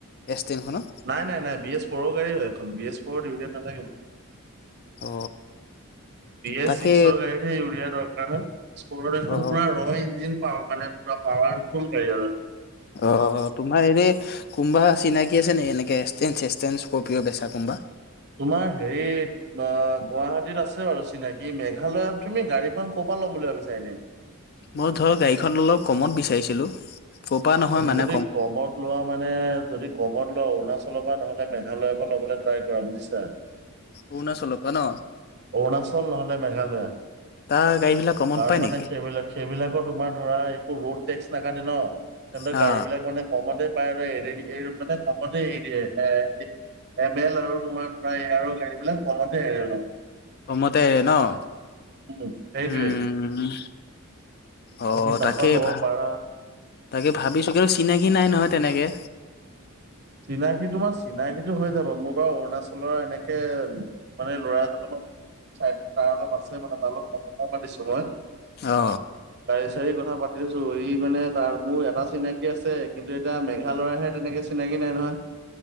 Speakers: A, on the left (about 45°); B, on the right (about 50°).
A: টেনখনত
B: নাই নাই নাই বি এছ ফ'ৰৰ গাড়ী হয় এখন বি এছ ফ'ৰৰ ইউৰিয়া নালাগে মান
A: অ
B: বি এছ
A: তাকে
B: ছিক্সৰ গাড়ীতহে ইউৰিয়া দ কাৰ স্কুৰত এখন
A: অ
B: পুৰা ৰ ইঞ্জিন পাৱ মানে পুৰা পাৱাৰফুল গাড়ী আৰু
A: অ', তোমাৰ এনে কোনম্বা চিনাকি আছেনে এনেকৈ এষ্টেঞ্চ ষ্টেঞ্চ ক প্ৰিয় বেচা কোনমবা
B: তোমাৰ হেৰিত অ', গুৱাহাটীত আছে বাৰু চিনাকি। এই মেঘালয়ত তুমি গাড়ীখন ক'ৰ পৰা লম বুলি ভাবিছা এনে।
A: মই ধৰ গাড়ীখন অলপ কমত বিচাৰিছিলোঁ। ক'পা নহয়
B: তুমি
A: মানে
B: যদি কমত লোৱা মানে যদি কমত লোৱা অৰুণাচলৰ পৰা নহ'লে মেঘালয়ৰ পৰা ল'বলৈ ট্ৰাই কৰা বুজিছা।
A: অৰুণাচলৰ পৰা ন'।
B: অৰুণাচল নহ'লে মেঘালয় ত'
A: তাৰ গাড়ী বিলাক কমত পাই নেকি?
B: মানে সেইবিলাক সেইবিলাকৰ তোমাৰ ধৰা একো ৰোড টেক্স নাকাদে ন'। তেৰ
A: হা
B: গাড়ী বিলাক মানে কমতে পায় আৰু এ মানে কমতে এৰি দিয়ে এ এম এল আৰু তোমাৰ এয়াৰৰ গাড়ী বিলাক কলতে এৰেল
A: কমতে এৰে ন'।
B: উম, সেইটোৱে
A: উম, অ',
B: তুমি তাৰপা
A: তাকেই
B: ল'ব
A: ভাল
B: পাৰা
A: তাকে ভাবিচো চিনাকি নাই নহয় তেনেকে।
B: চিনাকি তোমাৰ চিনাকিটো হৈ যাব মোৰ বাৰু অৰুণাচলৰ এনেকে মানে ল'ৰাজনৰ চ তাৰ অলপ আছে মানোলত পাতিছো মই
A: অ
B: গাড়ী চাডাৰী কথা পাতি ছো ই মানে তাৰ মোৰ এটা চিনাকি আছে কিন্তু এতিয়া মেঘালয়ৰ হে তেনেকে চিনাকি কি নাই নহয়।